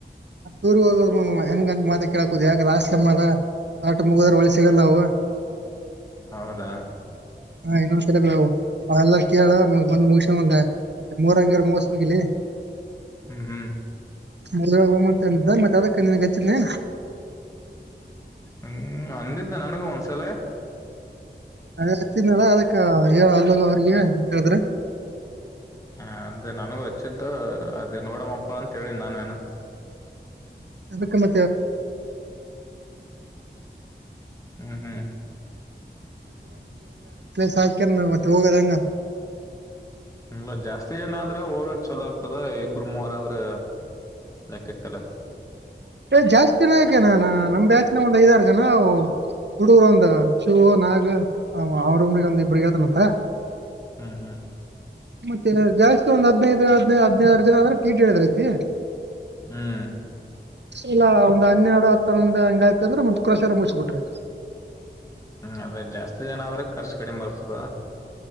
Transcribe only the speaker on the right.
ಅಷ್ಟ್ ದುರ್ ಹೋಗಲ್ ಹೆಂಗಂತ ಮಾತ ಕೇಳಕುದ ಯಾಕ <unintelligible> ಮಾತ ಆಟ ಮುಗುದ್ರ ಒಳಿ ಸಿಗಲ್ಲ ಅವು
ಹ ಇನ್ನೊಂದ್ಸಲ ಎಲ್ಲ ಕೇಳ <unintelligible> ಬಂದ್ ಮುಗಸನ್ ಒಂದ ಮೂರಂಗರ ಮೋಸ ಮುಗಲಿ
ಮೊಳಗೆ ಹಮಂತ <unintelligible> ಅ ಮತ್ತ ಅದಕ್ಕ ನಿನ್ಗೆ ಹಚ್ಚಿದ್ದೆ
ಅ <unintelligible> ಅದಕ್ಕ ಹೇಳ ಅಲ್ಲೋಗ ಅವ್ರಿಗೆ ಅಂತ ಹೇಳಿದ್ರೆ
<unintelligible> <unintelligible> ಮ
ಸಾಕ <unintelligible> ಮತ್ತೆ ಹೋಗದ ಹಂಗ
ಏ್ ಜಾಸ್ತಿ ಜನ ಯಾಕೆ ನಾನ <unintelligible> ನಮ್ ಬ್ಯಾಚ್ ಒಂದ್ ಐದಾರು ಜನ ಹುಡುಗರ ಒಂದ್ ಶಿವು ನಾಗ ಅವ ರೂಮ್ನಾಗ <unintelligible> ಒಂದ್ ಇಬ್ರಗ್ ಹಳ್ತನಂತ
ಮತ್ತೆನಾದ <unintelligible> ಜಾಸ್ತಿ ಒಂದ್ ಹದಿನೈದ್ ಹದನೈದು ಹದಿನಾರು ಜನ ಅಂದ್ರೆ ಟೀಟ್ ಹೇಳಿದ್ರ ಐತಿ
ಇಲ್ಲ ಒಂದ್ ಹನ್ನೆರಡು ಹತನ್ನೋದು ಹಂಗ ಆಯ್ತಿ ಅಂದ್ರೆ ಮುತ್ ಕ್ರೋಶಾರ <unintelligible> ಮುಗಸಬಿಟ್ರಿ